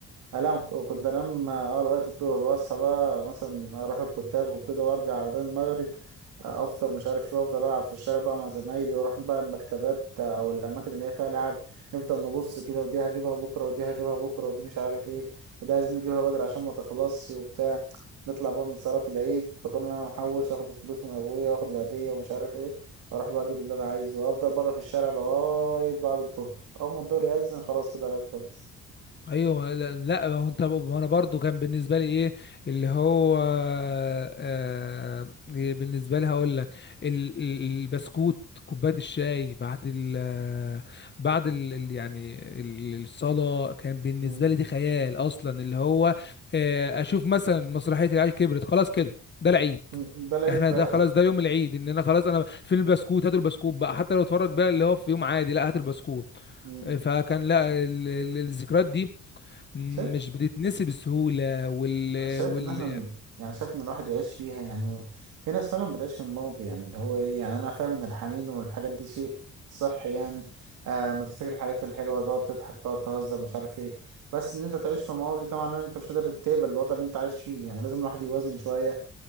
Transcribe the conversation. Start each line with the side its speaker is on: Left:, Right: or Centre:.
Right: أنام كنت أنام أه لغاية الظهر وأصحى بقى مثلا أروح الكتاب وكده وأرجع على ده المغرب آه، أفطر مش عارف إيه وأفضل ألعب في الشارع بقى مع زمايلي وأروح بقى المكتبات آه، أو الأماكن اللي هي فيها ألعاب نفضل نبص كده ودي هجيبها بكرة ودي هجيبها بكرة ودي مش عارف إيه ودي عايزين نجيبها بدري عشان ما تخلصش وبتاع نطلع بقى من صلاة العيد بكون أنا محوش آخد الفلوس من أبويا وآخد العيدية ومش عارف إيه اروح بقى اجيب اللي انا عايزه وافضل بره في الشارع لغايه بعد الظهر اول ما الظهر يأذن خلاص كده العيد خلص
Left: ايوه لا لا، ما هو انت ما انا برضو كان بالنسبه لي ايه اللي هو آه بالنسبه لي هقول لك ال- ال- البسكوت كوبايه الشاي بعد ال بعد ال ال- يعني ال- الصلاه كان بالنسبه
Right: مم.
Left: لي دي خيال اصلا اللي هو آه اشوف مثلا مسرحيه العيال كبرت خلاص كده ده العيد
Right: <laughs> مم. ده العيد
Left: احنا
Right: فعلا
Left: ده خلاص ده يوم العيد ان انا خلاص انا فين البسكوت هات البسكوت بقى حتى لو اتفرج بقى اللي هو في يوم عادي لا هات البسكوت
Right: مم.
Left: فكان لا ال- ال- الذكريات دي
Right: شايف
Left: مش بتتنسي بسهولة وال...
Right: أنا شايف
Left: وال...
Right: ان احنا ن- يعني شايف ان الواحد يعيش فيها يعني في ناس فعلا بتعيش في الماضي يعني اللي هو ايه يعني انا فاهم ان الحنين والحاجات دي شيء صح يعني آه ما تفتكر الحاجات الحلوه تقعد تضحك تقعد تهزر مش عارف ايه بس ان انت تعيش في الماضي ده معناه ان انت مش قادر تقبل الوضع اللي انت عايش فيه يعني لازم الواحد يوازن شويه